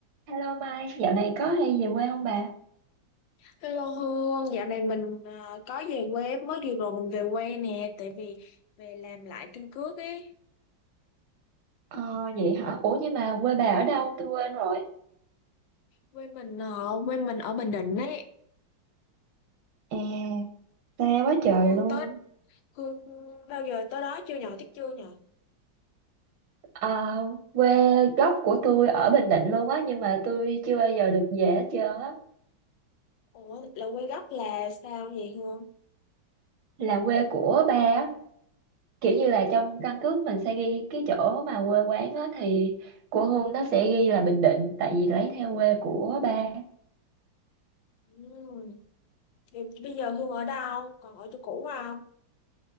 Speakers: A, on the right; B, on the left.
A: Hello Mai, dạo này có hay về quê không bà?
B: Hello Hương, dạo này mình ờ, có về quê mới vừa rồi mình về quê nè, tại vì về làm lại căn cước ấy.
A: Ờ vậy hả? Ủa nhưng mà quê
B: Ừ,
A: bà ở đâu? Tôi quên rồi.
B: quê mình ở quê mình ở Bình Định ấy.
A: À, xa
B: Ừ,
A: quá trời
B: Hương
A: luôn.
B: tới Hương bao giờ tới đó chưa nhờ, thích chưa nhờ.
A: Ờ, quê gốc của tôi ở Bình Định luôn á, nhưng mà tôi chưa bao giờ được về hết trơn á.
B: Ủa là quê gốc là sao vậy Hương?
A: Là quê của ba á, kiểu
B: À,
A: như là trong căn cước mình sẽ ghi cái chỗ mà quê quán á, thì của Hương nó sẽ ghi là Bình Định, tại vì lấy theo quê
B: Ừ.
A: của ba.
B: ừ. Thì bây giờ Hương ở đâu? Còn ở chỗ cũ không?